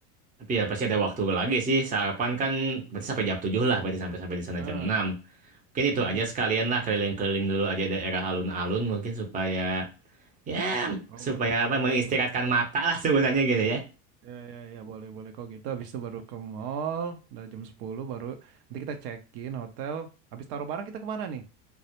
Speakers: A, on the right; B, on the right.
A: Tapi ya pasti ada waktu lagi sih. Sarapan kan berarti sampai jam 7 lah, berarti sampai sampai di sana
B: Ah,
A: jam 6. Mungkin itu
B: mm-mm.
A: aja sekalian lah keliling-keliling dulu aja daerah alun-alun mungkin supaya ya
B: Oh,
A: supaya
B: boleh, boleh,
A: apa mengistirahatkan
B: boleh, boleh.
A: mata lah sebutannya gitu ya.
B: Ya, ya, ya, boleh, boleh. Kok gitu habis itu baru ke mall, udah jam 10 baru nanti kita check-in hotel. Habis taruh barang kita kemana nih